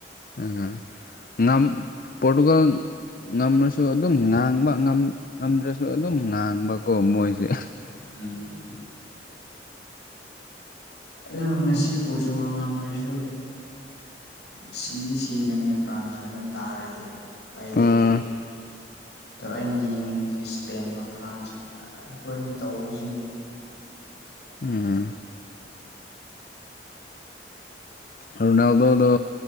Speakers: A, on the left; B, on the left.
A: ꯎꯃ ꯉꯝ ꯄꯣꯔꯇꯨꯒꯜ ꯉꯝꯔꯁꯨ ꯑꯗꯨꯝ ꯉꯥꯡꯕ ꯉꯝꯗ꯭ꯔꯁꯨ ꯑꯗꯨꯝ ꯉꯥꯡꯕꯀꯣ ꯃꯣꯏꯁꯦ
B: ꯎꯝ ꯑꯗꯨ ꯉꯁꯤ ꯄꯣꯔꯆꯨꯒꯜ ꯉꯝꯃꯁꯨ ꯃꯦꯁꯤꯗꯤ ꯁꯤꯔꯅꯦꯕ ꯐ꯭ꯔꯥꯟꯁꯅ ꯑꯗꯨꯝ ꯇꯥꯔꯗꯤ ꯎꯄꯥꯏ
A: ꯎꯝ
B: ꯂꯩꯇꯦ ꯑꯗꯣ ꯑꯩꯅ ꯌꯦꯡꯅꯤꯡꯉꯤꯁꯤ ꯁ꯭ꯄꯦꯟꯒ ꯐ꯭ꯔꯥꯟꯁ ꯑ ꯑꯗꯨ ꯑꯅꯤ ꯇꯧꯕꯁꯤꯅꯤ
A: ꯎꯝ ꯔꯣꯅꯥꯜꯗꯣꯗꯣ